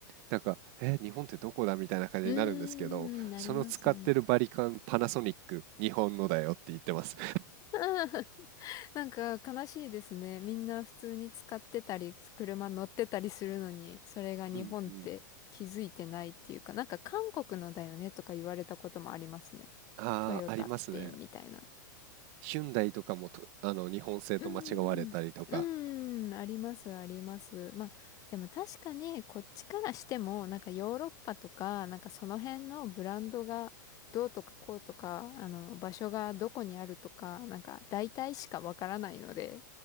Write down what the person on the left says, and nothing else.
うーん、なります。
<laughs> なんか悲しいですね。みんな普通に使ってたり、車乗ってたりするのに、それが日本って気づいてないっていうか、
なんか韓国のだよねとか言われたこともありますね。
トヨタって、
みたいな。
うん。うん。あります、あります。まあ、でも確かに、こっちからしても、なんかヨーロッパとか、なんかその辺のブランドがどうとかこうとか、あの、場所がどこにあるとか、なんか大体しかわからないので、